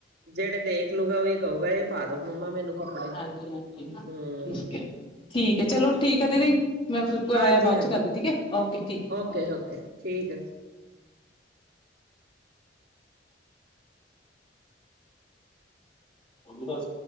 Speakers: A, on the right; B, on the left.
A: ਜਿਹੜੇ ਦੇਖਲੂਗਾ ਉਹੀ ਕਹੂਗਾ ਇਹ ਪਾ ਦੋ ਮੰਮਾ ਮੈਨੂੰ ਕੱਪੜੇ,
B: ਹਾਂਜੀ ਹਾਂਜੀ
A: ਹੂੰ।
B: ਠੀਕ ਹੈ ਠੀਕ ਹੈ ਚਲੋ ਠੀਕ ਹੈ ਦੀਦੀ, ਮੈਂ ਫੇਰ ਕੋਈ
A: ਹਾਂਜੀ
B: ਆਇਆ ਬਾਅਦ
A: ਹਾਂਜੀ
B: ਚ ਕਰਦੀ ਠੀਕ ਹੈ ਓਕੇ ਠੀਕ ਹੈ।
A: ਓਕੇ- ਓਕੇ ਠੀਕ।
B: ਬਸ।